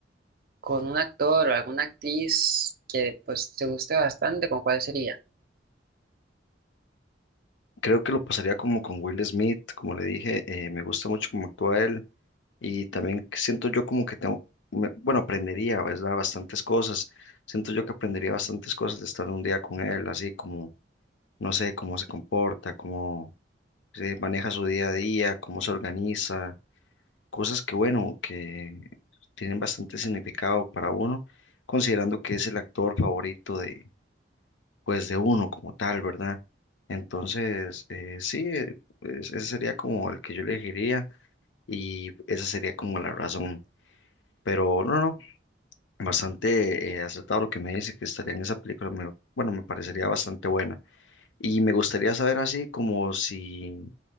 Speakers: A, on the right (about 55°); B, on the left (about 80°).
A: con un actor o alguna actriz que pues te guste bastante, ¿con cuál sería?
B: Creo que lo pasaría como con Will Smith, como le dije, eh, me gusta mucho cómo actúa él y también siento yo como que tengo, me- bueno, aprendería, ¿verdad? Bastantes cosas. Siento yo que aprendería bastantes cosas de estar un día con él, así como, no sé, cómo se comporta, cómo eh, maneja su día a día, cómo se organiza, cosas que, bueno, que tienen bastante significado para uno, considerando que es el actor favorito de, pues, de uno como tal, ¿verdad? Entonces, eh, sí, eh, es- ese sería como el que yo elegiría y esa sería como la razón. Pero no, no, bastante eh, acertado lo que me dice que estaría en esa película, me- bueno, me parecería bastante buena. Y me gustaría saber así como si